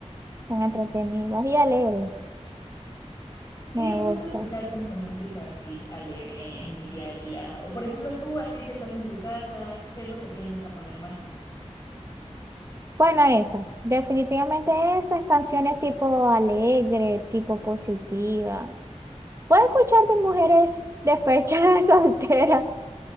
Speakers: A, on the right; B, on the left.
A: Son entretenidas y alegres.
B: Sí,
A: Me
B: me gusta
A: gusta.
B: escuchar como que música así alegre en mi día a día. O por ejemplo, tú así si estás en tu casa, ¿qué es lo que tiendes a poner más?
A: Bueno, eso, definitivamente esas canciones tipo alegre, tipo positiva. Puedo escuchar de mujeres despechadas <laughs> solteras,